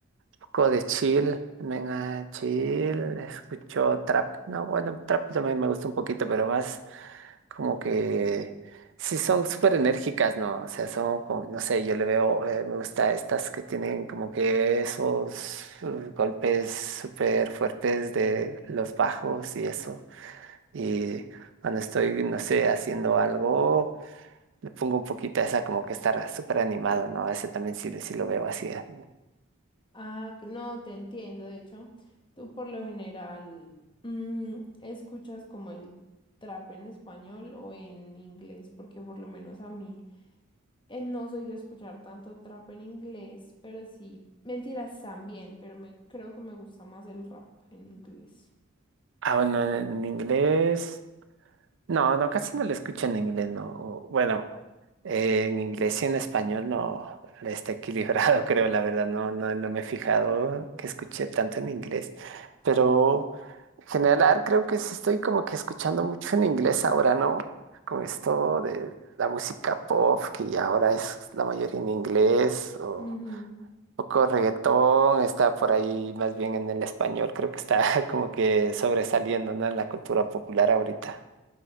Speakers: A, on the right; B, on the left.
A: poco de chill, venga, chill, escucho trap. No, bueno, trap también me gusta un poquito, pero más como que sí son súper enérgicas, ¿no? O sea, son como, no sé, yo le veo, eh, me gusta estas que tienen como que esos eh, golpes súper fuertes de los bajos y eso. Y cuando estoy, no sé, haciendo algo. Le pongo un poquito a esa como que está súper animado, ¿no? Ese también sí, sí lo veo así. eh.
B: ah, que no, te entiendo, de hecho, tú por lo general mm, escuchas como el trap en español o en inglés, porque por lo menos a mí... Eh, No soy de escuchar tanto trap en inglés, pero sí, mentiras también, pero me creo que me gusta más el rap en inglés.
A: Ah, bueno, en, en inglés. No, no, casi no lo escucho en inglés, no. O, Bueno, eh, en inglés y en español no le está equilibrado, <laughs> creo, la verdad. No, no, no me he fijado que escuché tanto en inglés. Pero. General, a ver, creo que sí estoy como que escuchando mucho en inglés ahora, ¿no? Con esto de la música pop, que ya ahora es la mayoría en inglés, o
B: Ujú.
A: poco reggaetón, está por ahí más bien en el español, creo que está <laughs> como que sobresaliendo, ¿no? En la cultura popular ahorita.